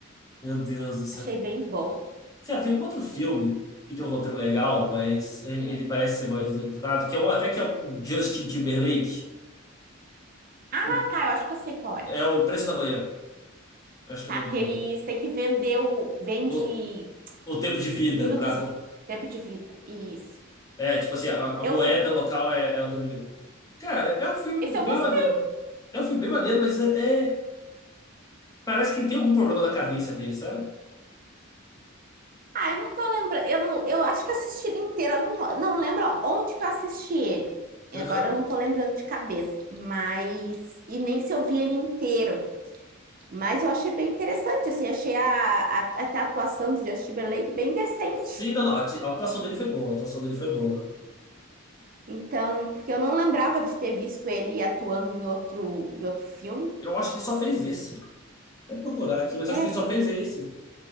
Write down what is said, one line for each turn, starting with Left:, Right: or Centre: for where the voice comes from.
Left: Meu Deus do céu.
Right: achei bem bom.
Left: Cara, tem um outro filme que tem um roteiro legal, mas e- ele parece ser mal executado, que é o até que é o com Justin Timberlake.
Right: Ah,
Left: O-
Right: tá, eu acho que eu sei qual é.
Left: é o Preço da Manhã. Acho que
Right: Tá,
Left: é o nome
Right: que
Left: do.
Right: eles têm que vender o vende
Left: o- o tempo de vida
Right: minutos
Left: para
Right: de tempo de vida. Isso.
Left: É, tipo assim, a, a
Right: Eu
Left: moeda
Right: vi.
Left: local é, é o dinheiro. Cara, é um filme
Right: Esse eu
Left: bem
Right: gostei.
Left: maneiro. É um filme bem maneiro, mas é, é- parece que ele tem algum problema na cadência dele, sabe?
Right: Ah, eu não tô lembrando. Eu, não, eu acho que eu assisti ele inteiro. Eu não, não lembro onde que eu assisti ele. Agora
Left: Aham.
Right: eu não tô lembrando de cabeça. Mas. E nem se eu vi ele inteiro. Mas eu achei bem interessante. Assim, achei a, a, até a atuação do Justin Timberlake bem decente.
Left: Sim, não, não. A ati- a atuação dele foi boa. A atuação dele foi boa.
Right: Então, porque eu não lembrava de ter visto ele atuando em outro, em outro filme.
Left: Eu acho que ele só fez esse. Vou Até procurar aqui, mas
Right: É,
Left: eu acho que ele só
Right: pois
Left: fez
Right: é,
Left: esse.